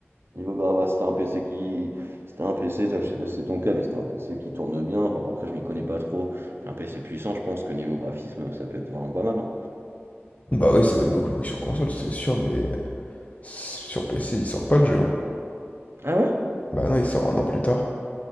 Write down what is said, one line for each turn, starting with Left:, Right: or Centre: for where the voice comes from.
Right: niveau grave, ah, c'était un PC qui. C'était un PC, toi, je sais pas si c'est ton cas, mais c'était un PC qui tourne bien. Bon, Après, je m'y connais pas trop. Un PC puissant, je pense que niveau graphisme, ça peut être vraiment pas mal. hein.
Left: Bah oui, ça va être beaucoup mieux que sur console, c'est sûr, mais Sur PC, il sort pas le jeu, hein.
Right: Ah ouais?
Left: Bah non, il sort un an plus tard.